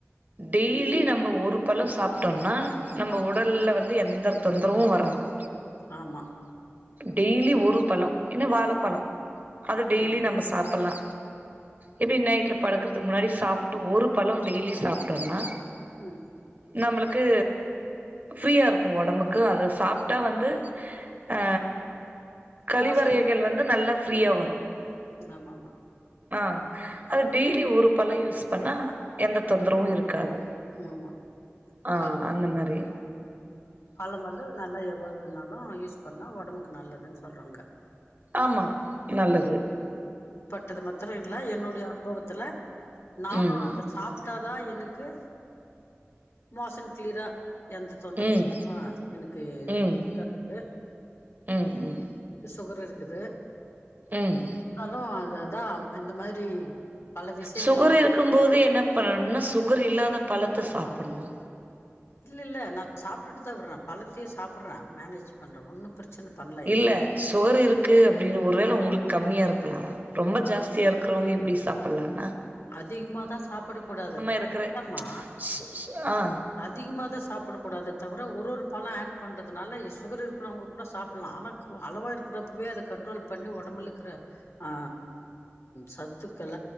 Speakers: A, on the right; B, on the left.
A: டெய்லி நம் ப ஒரு பழோ சாப்டோன்னா நம்ப உடல்ல வந்து எந்த தொந்தரவு வராதா
B: ஆமா.
A: டெய்லி ஒரு பழோ இல்லனா வாழப்பழோ அத டெய்லி
B: ம்,
A: நம்ப சாப்பலா எப்டி நைட்ல படுக்குறதுக்கு முன்னாடி சாப்டு ஒரு பழோ டெய்லி சாப்டோன்னா
B: உம்
A: நம்மளுக்கு ஃப்ரீயா இருக்கு ஒடம்புக்கு அத சாப்டா வந்து
B: ம்.
A: ஆ கழிவறைகள்
B: மோசன்
A: வந்து நல்லா ஃப்ரீயா
B: ம்
A: வரு
B: ஆமாமா,
A: ஆ அது டெய்லி ஒரு பழோ யூஸ் பண்ணா எந்த தொந்தரவு இருக் காது
B: ஆமா.
A: ஆ
B: கா
A: அந்த மாரி
B: பழம் வந்து நல்லா எவ்ளோ வேணாலு யூஸ் பண்ணா ஒடம்புக்கு நல்லதுன்னு சொல்றாங்க
A: ஆமா நல்லது
B: டது மத் துறோ இல்ல என்னோடைய அனுபவத்ல நானோ
A: ம்
B: அத சாப்டா தா எனக்கு மோசன் கிளீயரா எந்த தொந்தரவோ
A: ம்
B: இல்லாம எனக்கு
A: ம்
B: இதா ஆகுது
A: ம் ம்
B: சுகர் இரு க்குது
A: ம்
B: எது ஆகாது அ தா இந்த மாரி பல விஷயங்கள
A: சுகர் இருக்கும்போது என்ன பண்ணணும்னா சுகர் இல்லாத பழத்த த்த சாப்டனு
B: இல்ல இல்ல நா சாப்ட்டுட்டு தா வர்றே பழத்தயு சாப்டுறே மேனேஜ் பண்றே ஒன்னு பிரச்சன பண்ல எனக்கு
A: இல்ல சுகர் இருக்கு அப்டின்னு ஒருவேள உங்களுக்கு கம்மியா இருக்கலா ரொம்ப ஜாஸ்தியா இருக்றவுங்க எப்டி சாப்புல்லான்னா
B: அதிகமா தா சாப்புட கூடாது
A: இருக்கிற
B: அம்மா
A: சு சு ஆ
B: அதிகமாதா சாப்புட கூடாது தவிர ஒரு ஒரு பழ ஆட் பண்றதுனால சுகர் இருக்றவுங்க கூட சாப்புல்லா ஆனா அளவா இருக்குறப்பவே அத கன்ட்ரோல் பண்ணி ஒடம்புல இக்கிற ஆ சத்துக்கள